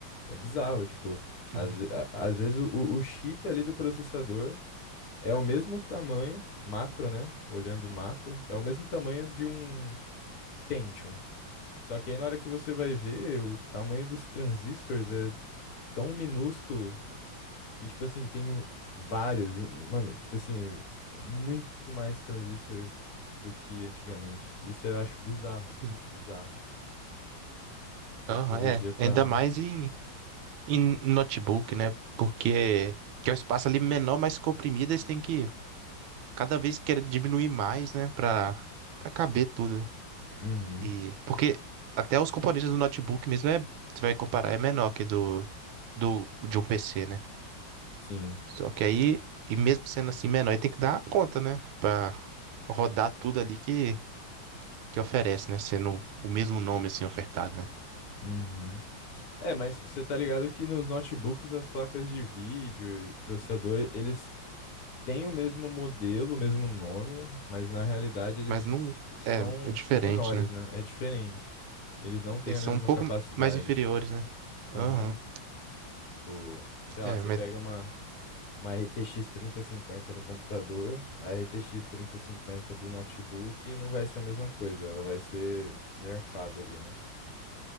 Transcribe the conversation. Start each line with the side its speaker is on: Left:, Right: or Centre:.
Left: É bizarro, tipo,
Right: Sim,
Left: às, ve- a- às vezes o, o chip ali do processador É o mesmo tamanho, macro, né? Olhando o macro, é o mesmo tamanho de um Pentium. Só que aí na hora que você vai ver, o tamanho dos transistores é tão minúsculo que, tipo assim, tem vários. e, Mano, tipo assim, é muito mais transistores do que antigamente. Isso eu acho bizarro,
Right: sim.
Left: mano. Bizarro. Tecnologia
Right: Aham, é.
Left: tá.
Right: Ainda mais em, em notebook, né? Porque que é o espaço ali menor, mais comprimido, eles têm que cada vez querer diminuir mais, né? Pra, pra caber tudo.
Left: Uhum.
Right: E, porque até os componentes do notebook mesmo, é, você vai comparar, é menor que do, do, de um PC, né?
Left: Sim.
Right: Só que aí, e mesmo sendo assim menor, ele tem que dar conta, né? Pra rodar tudo ali que, que oferece, né? Sendo o mesmo nome assim ofertado.
Left: Uhum. É, mas você tá ligado que nos notebooks as placas de vídeo, e processador, eles têm o mesmo modelo, o mesmo nome, mas na realidade eles
Right: Mas não.
Left: são
Right: É, é diferente,
Left: menores,
Right: né?
Left: né? É diferente. Eles não têm
Right: Eles
Left: a
Right: são
Left: mesma
Right: um pouco
Left: capacidade.
Right: mais inferiores, né?
Left: Aham.
Right: Aham.
Left: O, sei lá,
Right: É,
Left: você
Right: mas
Left: pega uma, uma RTX 3050 no computador, a RTX 3050 do notebook não vai ser a mesma coisa, ela vai ser nerfada ali, né?